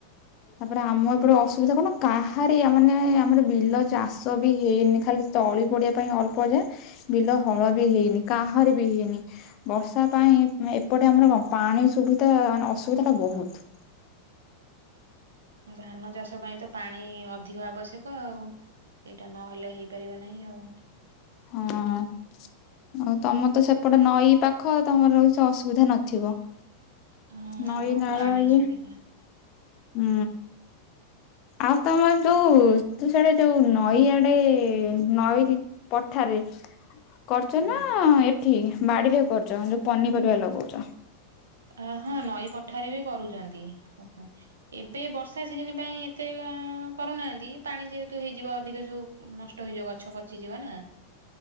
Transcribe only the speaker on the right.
ଧାନ ଚାଷ ପାଇଁ ତ ପାଣି ଅଧିକ ଆବଶ୍ୟକ ଆଉ। ସେଇଟା ନହେଲେ ହେଇପାରିବ ନାହିଁ ଆଉ।
ହୁଁ
ଆମର
ପାଣି
ସୁବିଧା
ହୁଁ
ଅ ହଁ ନଈ ପଠାରେ ବି କରୁଛନ୍ତି ଲୋକ। ଏବେ ବର୍ଷା ସିଜିନ ପାଇଁ ଏତେ କରୁନାହାନ୍ତି ପାଣି ଯେହେତୁ ହେଇଯିବ ଅଧିକ ସବୁ ନଷ୍ଟ ହେଇଯିବ ଗଛ ପଚିଯିବ ନା?